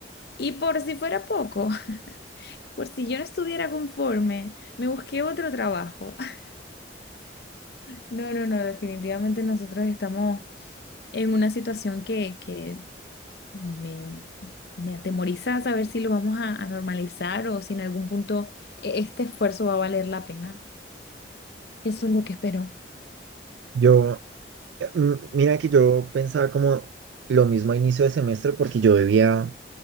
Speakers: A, on the left; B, on the right.
A: Y por si fuera poco, <laughs> por si yo no estuviera conforme, me busqué otro trabajo. <laughs> No, no, no, definitivamente nosotros estamos en una situación que, que me, me atemoriza saber si lo vamos a, a normalizar o si en algún punto e- este esfuerzo va a valer la pena. Eso es lo que espero.
B: Yo, eh, m- mira que yo pensaba como lo mismo a inicio de semestre porque yo vivía